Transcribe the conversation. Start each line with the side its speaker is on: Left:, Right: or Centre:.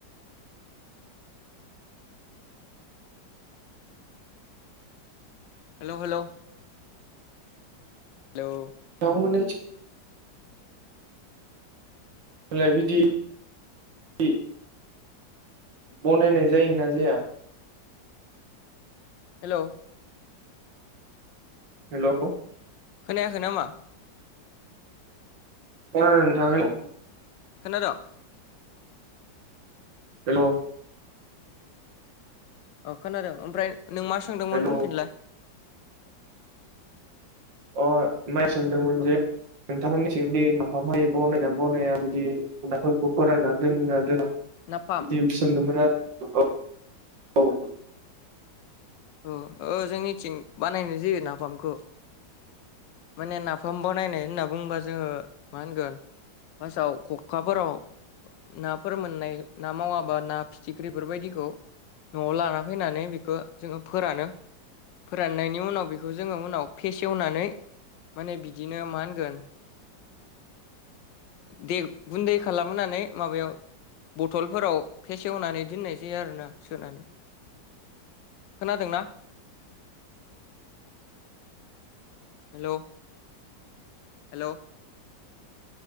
Left: हेल' हेल' हेलौ
Right: <unintelligible> होलाय बिदि दि बनायनाय जायोना जाया।
Left: हेल'
Right: हेल'
Left: खोनायाखै नामा?
Right: ओ नोंथां औ
Left: खोनादोंं।
Right: हेल'
Left: औ खोनादों ओमफ्राय नों मा सोंदोंमोन
Right: हेल'
Left: बुंफिनलाय।
Right: अ नाय सोंदोंमोन जे नोंथांमोननिथिं बे नाफाम बनायोना बनाया बिदि नाफोरखौ फोरानना दोनना दोना
Left: नाफाम
Right: बिदि सोंदोंमोन आरो औ।
Left: औ औ जोंनिथिं बानायनाय जायो नाफामखौ माने नाफाम बानायनाय होनना बुङोबा जोङो मा होनगोन। बासाव खखाफोराव नाफोर मोननाय ना मावाबा ना फिथिख्रिफोरबायदिखौ न'आव लाना फैनानै बेखौ जोङो फोरानो फोराननायनि उनाव बेखौ जोङो उनाव फेसेवनानै माने बिदिनो मा होनगोन। दे गुन्दै खालामानै माबायाव बथलफोराव फेसेवनानै दोननाय जायो आरोना सोनानै खोनादोंना? हेलौ हेलौ